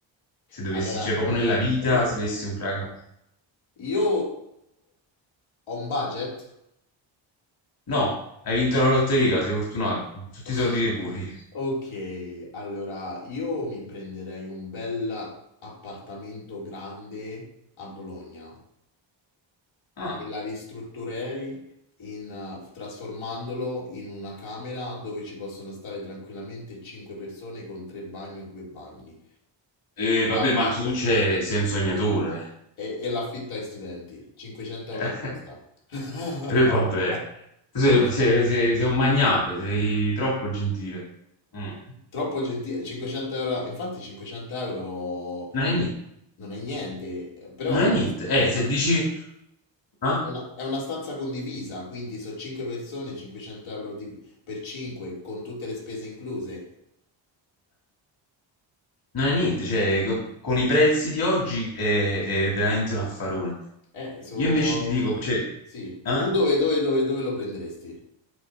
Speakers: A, on the left (about 50°); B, on the left (about 80°).
A: se dovessi,
B: allora
A: cioè, proprio
B: è una...
A: nella vita,
B: eh,
A: se dovessi comprare casa.
B: io ho un budget.
A: No, hai vinto la lotteria, sei fortunato. Tutti
B: <laughs>
A: i soldi che vuoi.
B: Ok, allora io mi prenderei un bel appartamento grande a Bologna
A: Ah,
B: e la ristrutturerei in, eh, trasformandolo in una camera dove ci possono stare tranquillamente 5 persone con tre bagni o due bagni.
A: e vabbè,
B: L'affitto.
A: ma tu c'è, sei un sognatore.
B: E, e l'affitto ai studenti, 500 €
A: <laughs>
B: a testa. <laughs>
A: E vabbè, tu sei, sei- sei- sei un magnate, sei troppo gentile. Mm.
B: Troppo gentile, 500 euro, infatti 500 euro
A: Non è niente,
B: non è niente, eh, però
A: non è
B: è
A: niente.
B: una,
A: Eh,
B: è una-
A: se dici, ah,
B: è una- è una stanza condivisa, quindi sono 5 persone, 500 euro di- per 5, con tutte le spese incluse.
A: Non è niente, cioè, co- con i prezzi di oggi è, è veramente un affarone.
B: Eh, so...
A: Io invece ti dico, cioè, eh?
B: Sì, tu dove, dove, dove, dove lo prenderesti?